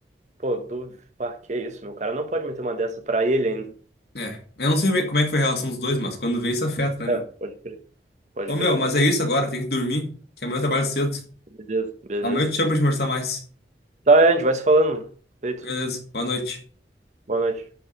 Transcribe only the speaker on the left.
É, eu não sei como é como é que foi a relação dos dois, mas quando vê isso afeta, né, meu?
Ô meu,
mas é isso agora, tem que dormir, que amanhã eu trabalho cedo.
Amanhã eu te chamo pra gente conversar mais.
Beleza, boa noite.